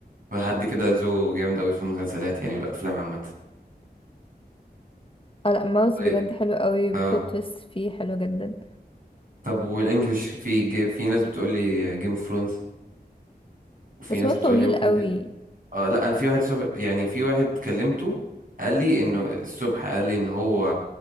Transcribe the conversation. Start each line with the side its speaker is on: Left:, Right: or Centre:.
Right: حد كده جو جامد قوي في المسلسلات يعني والافلام عامة
Left: اه لا ماوس
Right: طيب
Left: بجد حلو قوي بلوت
Right: اه
Left: تويست فيه حلو جدا
Right: طب والانجليش في جي... في ناس بتقول لي جيم اوف ثرونز وفي
Left: بس
Right: ناس
Left: هو
Right: بتقول
Left: طويل
Right: لي ووكينج
Left: قوي
Right: اه لا انا في واحد صبح يعني في واحد كلمته قال لي انه الصبح قال لي ان هو